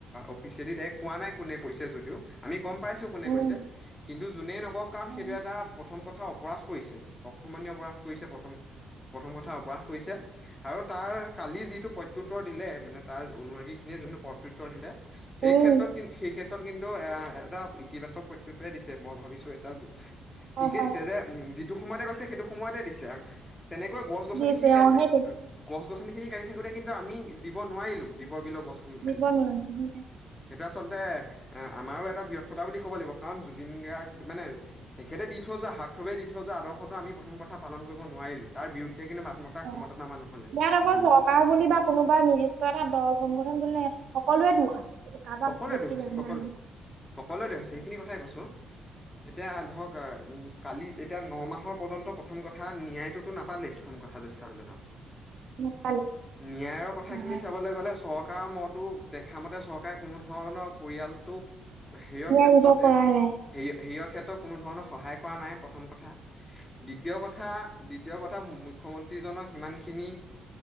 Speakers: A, on the left (about 20°); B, on the right (about 65°).
A: অফিচিয়েলি ডাইৰেক্ট কোৱা নাই কোনে কৈছে যদিও আমি গম পাইছো কোনে
B: উম
A: কৈছে। কিন্তু যোনে কাৰণ
B: উম,
A: সেইটো এটা প্ৰথম কথা অপৰাধ কৰিছে। <unintelligible> অপৰাধ কৰিছে প্ৰথম প্ৰথম কথা অপৰাধ কৰিছে আৰু তাৰ কালি যিটো প্ৰত্যুত্তৰ দিলে মানে তাৰ অনুৰাগী খিনিয়ে যোনটো প্ৰত্যুত্তৰ দিলে সেই
B: উম
A: ক্ষেত্ৰত কিন্তু সেই ক্ষেত্ৰত ক্ষেত্ৰত কিন্তু এ এটা ইতিবাচক প্ৰত্যুত দিছে মই ভাবিছো এটা
B: হয়
A: ঠিকে
B: হয়
A: দিছে যে উম যি যিটো সময়তে কৈছে সেইটো সময়তে দিছে তেনেকৈ গছ-গছনি
B: দিছে
A: খিনি কাটি
B: অ
A: থাকে,
B: সেইটোৱে
A: গছ গছনি খিনি কাটি থাকোতে কিন্তু আমি দিব নোৱাৰিলো দীপৰ বিল গছখিনি
B: দিব
A: কাটি থাকোঁতে।
B: নোৱাৰিম
A: সেইটো আচলতে এ আমাৰো এটা ব্যৰ্থতা বুলি ক'ব লাগিব। কাৰণ জুবিন গাৰ্গ মানে তেখেতে দি থৈ যোৱা হাৰ্থথৱে দি থৈ যোৱা আদৰ্শটো আমি প্ৰথম কথা পালন কৰিব নোৱাৰিলো, তাৰ বিৰুদ্ধে কিন্তু মাত মতা ক্ষমতাটো
B: অঁ
A: আমাৰ নহ'লে।
B: ইয়াত
A: প্ৰথম
B: অকল চৰকাৰ
A: কথা
B: বুলি বা কোনোবা নিৰ্দিষ্ট এটা দল সংগঠন বুলি নহয়, সকলোৱে দুখ। <inaudible>
A: সকলোৱে দোষ
B: দি
A: আছে,
B: লাভ
A: সকলোৱে-সকলোৱে
B: নাই
A: দোষ
B: সকলোৱে
A: আছে সেইখিনি কথাই কৈছো। এতিয়া ধৰক কালি এতিয়া ন মাহৰ পৰ্যন্ত প্ৰথম কথা নিয়ায়টোতো নাপালেই প্ৰথম কথা যদি চাবলৈ যাওঁ।
B: নেপালী।
A: ন্যায়ৰ কথাখিনি
B: হয় হয়
A: চাবলৈ গ'লে চৰ থকা মই টো দেখামতে চৰ কোনো ধৰণৰ পৰিয়ালটোক সেইয়ৰ ক্ষেত্ৰতে
B: এৰিব পৰাই
A: সে
B: নাই
A: হেৰীয়ত ক্ষেত্ৰত কোনো ধৰণৰ সহায় কৰা নাই প্ৰথম কথা, দ্বিতীয় কথা- দ্বিতীয় কথা মুখ্যমন্ত্ৰীজনৰ সিমানখিনি